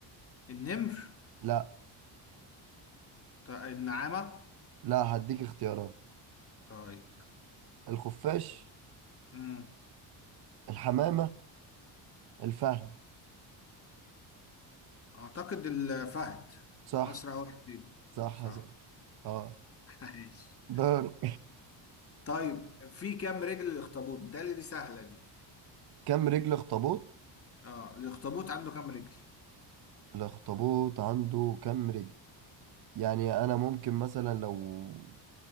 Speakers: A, on the left; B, on the right.
A: النمر
B: لا
A: ط- النعامة
B: لا هديك اختيارات
A: طيب
B: الخفاش
A: مم.
B: الحمامة الفهد
A: أعتقد الفهد
B: صح
A: أسرع واحد فيهم
B: صح
A: صح
B: صح اه
A: <laughs> عايش
B: دار
A: طيب في كام رجل الأخطبوط؟ متهيألي دي سهلة دي
B: كم رجل اخطبوط
A: اه الأخطبوط عنده كام رجل؟
B: الاخطبوط عنده كم رجل يعني انا ممكن مثلا لو